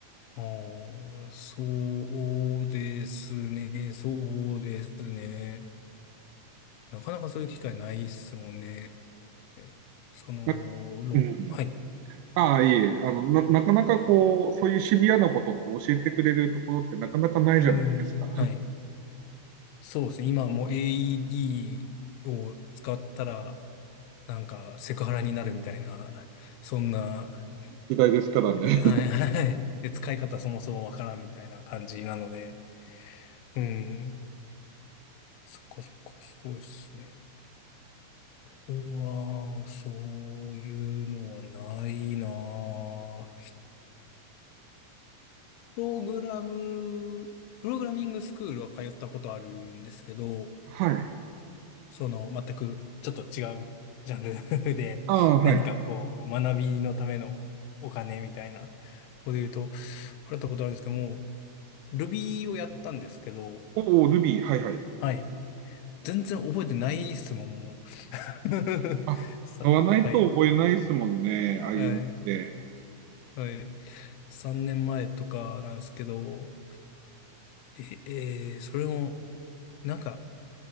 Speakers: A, on the left (about 85°); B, on the right (about 85°).
A: あーそうですね、そうですね。なかなかそういう機会ないっすもんね。えーその、
B: な
A: ろ、
B: うん。
A: はい。
B: ああ、いえいえ、あの、な、なかなかこう、そういうシビアなことって教えてくれるところってなかなかないじゃないですか。
A: うん、はい。そうですね。今はもう AED を使ったら、なんかセクハラになるみたいな、そんな、
B: 時代ですからね。
A: えはいはい。で、使い方そもそもわからんみたいな感じなので、うん。そっかそっか、すごいっすね。僕は、そういうのはないなぁプログラム、プログラミングスクールは通ったことあるんですけど、
B: <laughs> はい。
A: その、全くちょっと違うジャンル <laughs> で、
B: ああ、はい。
A: 何かこう、学びのためのお金みたいな、とこで言うと、払ったことあるんですけども、Ruby をやったんですけど、
B: おお、ルビー、はいはい。
A: はい。全然覚えてない質問もんもう。
B: あ、
A: <laughs> さ、
B: 買わないと覚えないですもんね、
A: はい。
B: ああいうのって。
A: はい。はい。3年前とかなんですけど、え、えーそれも、なんか、